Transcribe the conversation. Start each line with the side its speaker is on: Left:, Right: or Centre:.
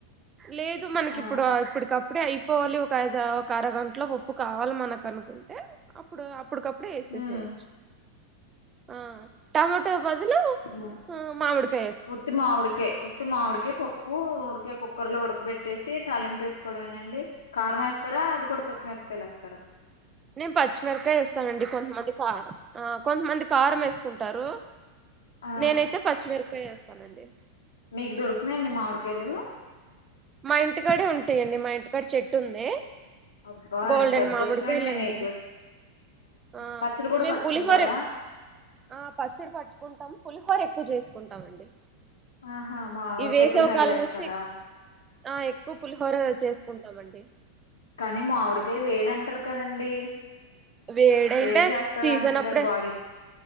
Right: లేదు మనకిప్పుడు
Left: ఆ
Right: ఇప్పడికప్పుడే అయి పోవాలి ఒక ఐదా ఒక అరగంట్లో ఉప్పు కావాల్ మనక్ అన్కుంటే అప్పుడు అప్పడ్కప్ డె ఏసేసెయ్యచ్చు
Left: ఉమ్,
Right: ఆ టమాటో బదులు
Left: ఉమ్.
Right: ఆ మామిడిక
Left: ఉత్తి మావిడికయ్ ఉత్తి మావిడికయ్ పప్పూ కె కుక్కర్ లో ఉడకబెట్టేసి తాలింపు ఏస్కోడమేనండి కారం ఏస్ తరా అవి కుడ పచ్చి మిర్పకాయల్ ఏత్తరా
Right: నేన్ పచ్చిమిర్కాయ్ ఏస్తానండి కొంతమంది కారం ఆ కొంతమందిక్ కారం ఏస్కుంటారు.
Left: ఆ
Right: నేనైతే పచ్చిమిర్పకాయ్ ఏస్తానండి.
Left: మీకు దొరుకుతున్నాయండి మామిడికాయలు
Right: మా ఇంటికాడే ఉంటయండి మా ఇంటికాడ చెట్టుంది.
Left: అబ్బా
Right: బోల్డన్
Left: ఎంత అదృష్టం
Right: మామిడికాయలుంటే
Left: అండి మీకు
Right: ఆ
Left: పచ్చడి కూడా
Right: మేం
Left: పట్టుకుంటారా
Right: పులిహోర్ ఆ పచ్చడి పట్కుంటం పులిహోరె క్కు జేస్కుంటామండి.
Left: ఆహా మామిడికాయ
Right: ఈ వేసవి
Left: పులిహోర
Right: కాలం
Left: చేస్తారా
Right: ఒస్తే ఆ ఎక్కువ్ పులిహోర చేస్కుం టామండి.
Left: కాని మావిడికాయ వేడంటర్ కదండి.
Right: వేడంటే
Left: వేడి చేస్తద్
Right: సీజన్
Left: అంటర్
Right: అప్పుడే
Left: కదా బాడీ